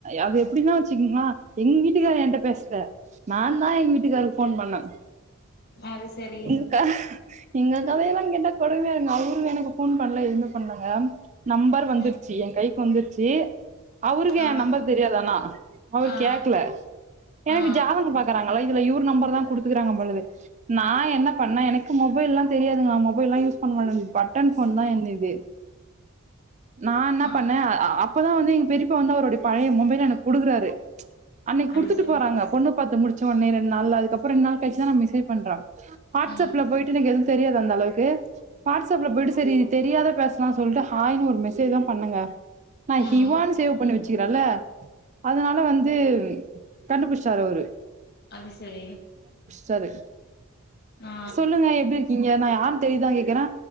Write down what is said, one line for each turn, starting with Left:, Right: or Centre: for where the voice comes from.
Right: அது எப்படின்னா வச்சுக்கீங்களா எங்க வீட்டுக்காரர் என்கிட்ட பேசல நான் தான் என் வீட்டுக்காரருக்கு போன் பண்ணேன்
Left: அது சரி
Right: இங்க இங்கக்காவே தா கேட்டா கொடுமையா இருக்கும் அவரு எனக்கு போன் பண்ணல எதுவுமே பண்ணலங்க நம்பர் வந்துருச்சு
Left: ம்
Right: என் கைக்கு வந்துருச்சு அவருக்கு
Left: ஆ
Right: என் நம்பர் தெரியாது ஆனா அவரு
Left: ஆ
Right: கேக்கல எனக்கு
Left: ஆ
Right: ஜாதகம் பாக்குறாங்கள இதுல இவரு நம்பர் தான் குடுத்துகுறாங்க போலருக்கு நா என்ன பண்ண எனக்கு மொபைல்லாம் தெரியாதுங்க நான் மொபைல்லாம் யூஸ் பண்ண ட்டான் பட்டன் ஃபோன் தான் என்னுது நா என்ன
Left: ஆ
Right: பண்ணேன் அப்பதான் வந்து எங்க பெரிப்பா வந்து அவருடைய பழைய மொபைல்ல எனக்கு கொடுக்குறாரு அன்னைக்கு
Left: அது
Right: கொடுத்துட்டு
Left: சரி
Right: போறாங்க பொண்ணு பாத்து முடிச்ச உடனே ரெண்டு நாள்ல அதுக்கப்புறம் ரெண்டு நாள் கழிச்சு தான் மெசேஜ் பண்றேன் வாட்ஸ்அப்ல
Left: ம்
Right: போயிட்டு எனக்கு எதுவும் தெரியாது அந்த அளவுக்கு வாட்ஸ்அப்ல போயிட்டு சரி தெரியாத பேசலாம் சொல்லிட்டு ஹாய்ன்னு ஒரு மெசேஜ் தான் பண்ணேங்க நா
Left: ம்
Right: ஹிவான்ஸ் வச்சுக்கிறல அதனால வந்து கண்டுபிடிச்சிடாரு அவரு
Left: அது சரி
Right: சரி
Left: ஆ
Right: சொல்லுங்க எப்படி இருக்கீங்க நா யாருன் தெரியுதா கே க்க